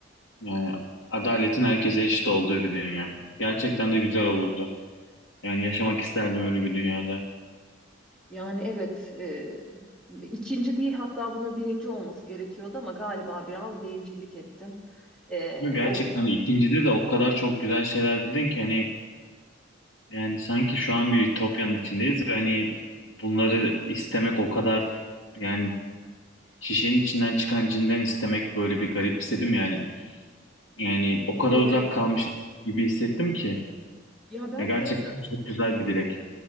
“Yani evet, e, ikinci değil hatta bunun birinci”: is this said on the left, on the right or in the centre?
Centre